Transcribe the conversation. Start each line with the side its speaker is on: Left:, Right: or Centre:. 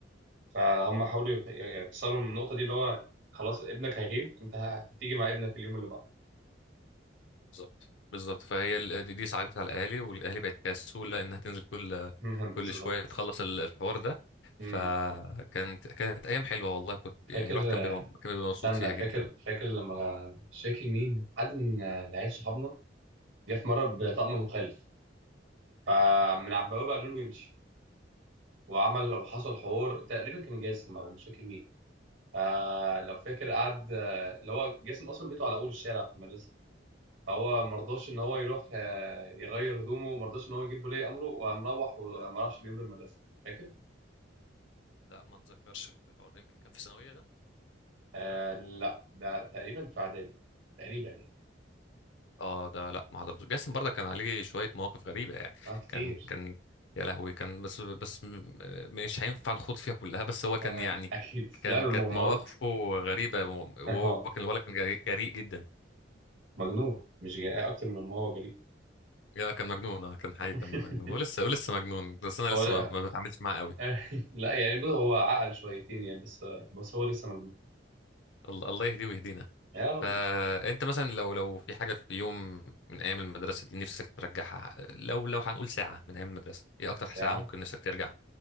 Right: فهم حاولوا يخ- يكسروا من النقطه دي اللي هو خلاص ابنك هيغيب انت هتيجي مع ابنك اليوم اللي بعده
Left: بالظبط بالظبط فهي ال- دي دي صعبت على الاهالي والاهالي بقت كسوله انها تنزل كل
Right: <laughs> بالظبط
Left: كل شويه تخلص ال- الحوار ده
Right: مم.
Left: فكانت كانت ايام حلوه والله كنت
Right: فاكر
Left: يعني الواحد كان بيبقى كان بيبقى مبسوط
Right: استنى
Left: فيها
Right: فاكر
Left: جدا
Right: فاكر لما مش فاكر مين حد من العيال صحابنا جه في مره بطقم مخالف فمن على البوابه قالوا له يمشي وعمل وحصل حوار تقريبا كان جاسم او مش فاكر مين فلو فاكر قعد آه، اللي هو جاسم اصلا بيته على اول الشارع في المدرسه فهو ما رضاش ان هو يروح آه، يغير هدومه وما رضاش ان هو يجيب ولي امره وقام روح وما راحش اليوم ده المدرسه فاكر؟
Left: لا ما اتذكرش الحوار ده يمكن كان في ثانويه ده
Right: آه لا ده تقريبا في اعدادي تقريبا يعني
Left: اه ده لا ما حضرتوش جاسم برضه كان عليه شويه مواقف غريبه يعني
Right: اه كتير
Left: كان كان يا لهوي كان بس بس م- مش هينفع نخوض فيها كلها بس هو كان
Right: آه
Left: يعني
Right: اكيد
Left: كان
Right: لا ده
Left: كانت
Right: مغامرات
Left: مواقفه غريبه وهو
Right: اه
Left: كان الولد كان جريء جريء جدا
Right: مجنون مش جاي اكتر من ما هو جريء
Left: يا كان مجنون اه كان حقيقي
Right: <laughs>
Left: كان مجنون ولسه ولسه مجنون بس انا
Right: هو
Left: لسه
Right: لا
Left: ما ما بتعاملش معاه قوي
Right: آه، لا يعني بص هو عقل شويتين يعني بس بس هو لسه مجنون
Left: الله الله يهديه ويهدينا
Right: يا رب
Left: فانت مثلا لو لو في حاجه في يوم من ايام المدرسه دي نفسك ترجعها لو لو هنقول ساعه من ايام المدرسه ايه اكتر
Right: ساعه
Left: ساعه ممكن نفسك ترجع